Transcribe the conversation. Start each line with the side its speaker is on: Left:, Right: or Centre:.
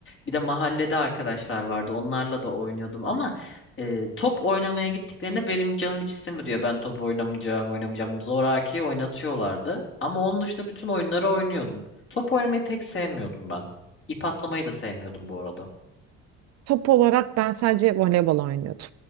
Left: Bir de mahallede arkadaşlar vardı onlarla da oynuyordum ama e, top oynamaya gittiklerinde benim canım hiç istemiyor diyor. Ben top oynamayacağım oynamayacağım zoraki oynatıyorlardı. Ama onun dışında bütün oyunları oynuyordum. Top oynamayı pek sevmiyordum ben. İp atlamayı da sevmiyordum bu arada.
Right: Top olarak ben sadece voleybol oynuyordum.